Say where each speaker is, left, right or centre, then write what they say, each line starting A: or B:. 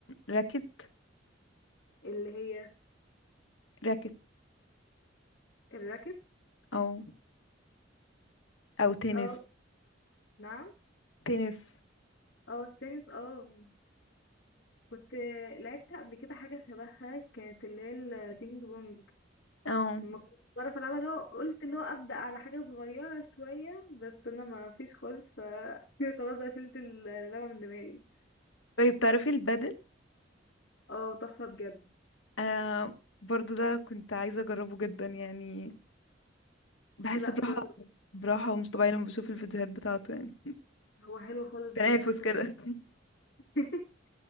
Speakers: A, on the left; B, on the left.
A: راكت
B: اللي هي
A: راكت
B: الراكت
A: او او تنس
B: اه نعم
A: تنس
B: اه التنس اه كنت لعبت قبل كده حاجه شبهها كانت اللي هي البينج بونج
A: اه
B: ما كنتش بعرف العبها لو قلت اللي هو ابدا على حاجه صغيره شويه بس انا ما فيش خالص ف <laughs> خلاص بقى شلت اللعبه من دماغي
A: طيب تعرفي البادل
B: اه تحفه بجد
A: انا برضو ده كنت عايزة اجربه جدا يعني بحس
B: لا
A: براحة
B: جرب
A: براحة ومش طبيعية لما بشوف الفيديوهات بتاعته يعني
B: هو حلو خالص
A: تنافس
B: بجد فعلا
A: كده <laughs>
B: <laughs>